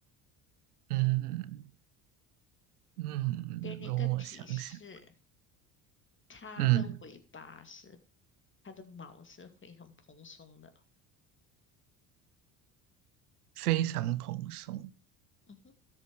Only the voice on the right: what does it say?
嗯嗯，
容我想想。
嗯，
非常蓬松。